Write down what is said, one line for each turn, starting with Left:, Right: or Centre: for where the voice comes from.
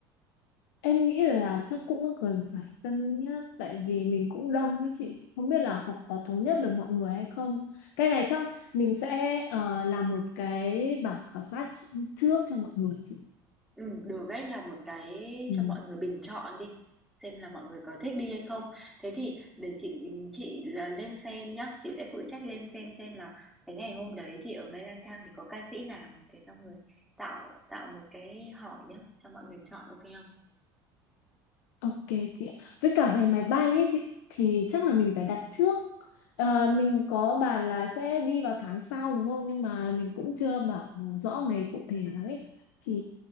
Left: Em nghĩ là chắc cũng cần phải cân nhắc tại vì mình cũng đông với chị không biết là học có thống nhất được mọi người hay không cái này trong mình sẽ ờ, làm một cái bảng khảo sát trước cho mọi người chị
Centre: Ừ, được ấy là một cái
Left: ừ.
Centre: cho mọi người bình chọn đi xem là mọi người có thích đi hay không thế thì để chị chị là lên xem nhá chị sẽ phụ trách lên xem xem là cái ngày hôm đấy thì ở Mê Lang Thang thì có ca sĩ nào thế xong rồi tạo tạo một cái hỏi nhá cho mọi người chọn ok không
Left: Ok chị ạ. Với cả về máy bay ấy chị thì chắc là mình phải đặt trước. Ờ, mình có bàn là sẽ đi vào tháng sau đúng không? Nhưng mà mình cũng chưa bảo rõ ngày cụ thể lắm ấy. Thì